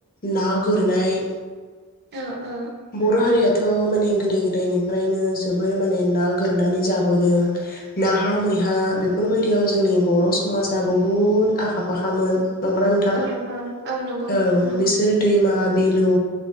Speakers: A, on the left; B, on the right.
A: ना गुरनाय
B: औ औ।
A: बर' हारियाथ' माने गोदो गोदायनिफ्रायनो जोबोर माने ना गोरनानै जाबोदों नाहा मैहा बेफोरबायदियाव जोंनि बर' समाजा बहुद आखा फाखामोन नंगौना नोंथां
B: औ
A: औ
B: नंगौ नोंथां नंगौ
A: बिसोर दैमा बिलु